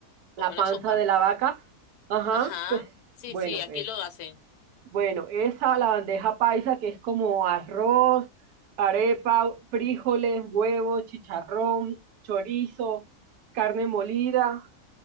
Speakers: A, on the left; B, on the right.
A: como
B: la
A: una
B: panza
A: sopa.
B: de la vaca. Ajá,
A: Ajá.
B: pues
A: Sí,
B: bueno,
A: sí, aquí
B: es.
A: lo hacen.
B: Bueno, esa, la bandeja paisa, que es como arroz, arepa, frijoles, huevos, chicharrón, chorizo, carne molida,